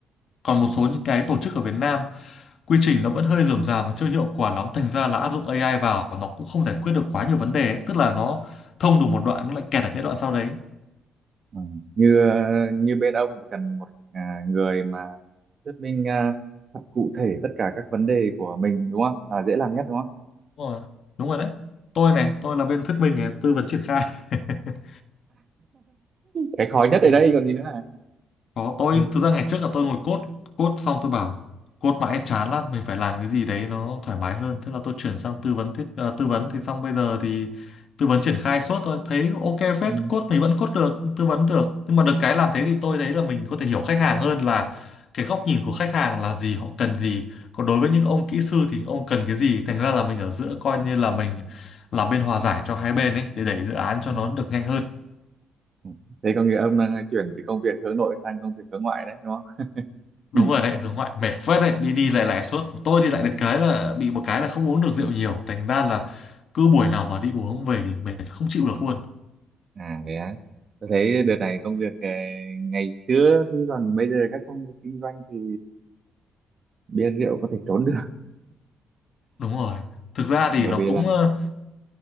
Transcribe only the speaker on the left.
còn
một số những cái tổ chức ở Việt Nam quy trình nó vẫn hơi rườm rà mà chưa hiệu quả lắm thành ra là áp dụng AI vào nó cũng không giải quyết được quá nhiều vấn đề ấy. tức là nó thông được một đoạn nó lại kẹt ở cái đoạn sau đấy
Đúng rồi. Đúng rồi đấy. Tôi này, tôi là bên thuyết minh này, tư vấn triển khai. <laughs>
Ừ.
Có tôi
thực ra ngày trước là tôi ngồi code code xong tôi bảo code mãi chán lắm mình phải làm cái gì đấy nó thoải mái hơn thế là tôi chuyển sang tư vấn thiết ờ, tư vấn thì xong bây giờ thì tư vấn triển khai suốt tôi thấy ok
phết code mình vẫn code được tư vấn được nhưng mà được cái làm thế thì tôi thấy là mình có thể hiểu khách hàng hơn là cái góc nhìn của khách hàng là gì họ cần gì còn đối với những ông kỹ sư thì ông cần cái gì thành ra là mình ở giữa coi như là mình làm bên hòa giải cho hai bên ấy để đẩy dự án cho
nó được nhanh hơn
đúng
rồi đấy hướng ngoại mệt phết đấy đi đi lại lại suốt tôi thì lại
được cái là bị một cái là không uống được rượu nhiều thành ra là cứ buổi nào mà đi uống về thì mệt không chịu được luôn
đúng rồi thực ra thì
nó
cũng
ờ,